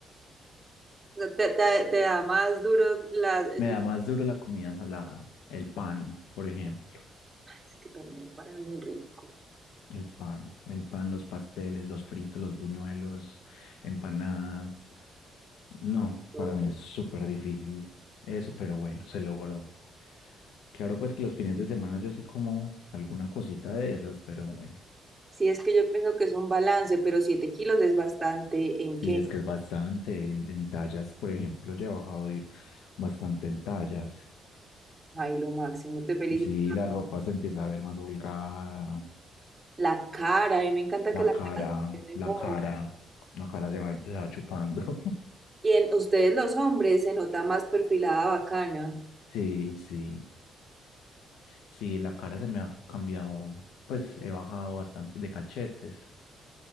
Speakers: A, on the right (about 15°); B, on the left (about 85°).
A: O sea, te, te- te da más duro las... Ay,
B: Me da más duro la comida salada, el pan, por ejemplo.
A: Es que también el pan es muy rico.
B: El pan, el pan, los pasteles, los fritos, los buñuelos, empanadas. No,
A: Pero
B: para mí es súper difícil eso, pero bueno, se logró. Claro, pues que los fines de semana yo sí como alguna cosita de esas, pero bueno,
A: sí es que yo pienso que es un balance, pero siete kilos es bastante en qué.
B: sí es que es bastante. En, en tallas, por ejemplo, yo he bajado y- bastante en tallas.
A: Ay, lo máximo, te felicito.
B: Sí, la ropa se empieza a ver más holgada,
A: La cara, a mí me encanta que
B: la
A: la
B: cara,
A: cara se ve mejor.
B: la cara, la cara se va, se va chupando. <laughs>
A: Y en ustedes los hombres se nota más perfilada bacana.
B: Sí, sí. Sí, la cara se me ha cambiado, pues he bajado bastante de cachetes,